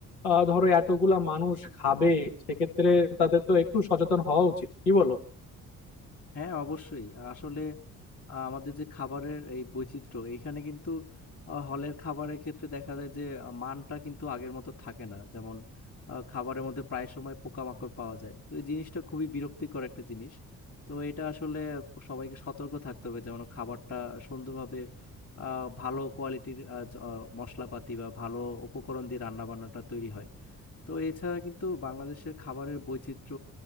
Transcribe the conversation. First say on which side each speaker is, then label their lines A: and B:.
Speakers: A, on the left; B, on the left.
A: আহ, ধরো এতগুলা মানুষ খাবে সেক্ষেত্রে তাদের তো একটু সচেতন হওয়া উচিত কি বলো
B: হ্যাঁ অবশ্যই আসলে আহ, আমাদের যে খাবারের এই বৈচিত্র্য এখানে কিন্তু আহ, হলের খাবারের ক্ষেত্রে দেখা যায় যে আহ, মানটা কিন্তু আগের মতো থাকে না যেমন আহ, খাবারের মধ্যে প্রায় সময় পোকামাকড় পাওয়া যায় তো এই জিনিসটা খুবই বিরক্তিকর একটা জিনিস তো এটা আসলে সবাইকে সতর্ক থাকতে হবে যেমন খাবারটা সুন্দরভাবে আহ, ভালো কোয়ালিটির মশলাপাতি বা ভালো উপকরণ দিয়ে রান্না বান্নাটা তৈরি হয় তো এছাড়া কিন্তু বাংলাদেশের খাবারের বৈচিত্র্য